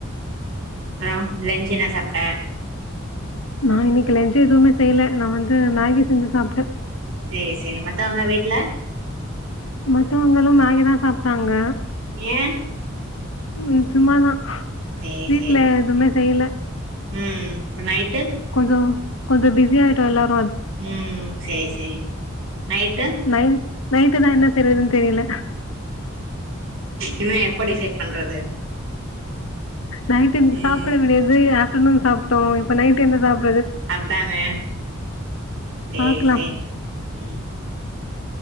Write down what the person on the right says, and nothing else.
அப்புறோ லஞ்சு என்ன சாப்ட்ட
செரி செரி மத்தவங்க வீட்டு்ல
ஏன்
சேரி
சேரி
ம் இப்ப நைட்டு்
ம் சேரி சேரி நைட்டு
இனிமே எப்ப டிசைட் பண்றது
ம்
அதானே செரி
செரி ம்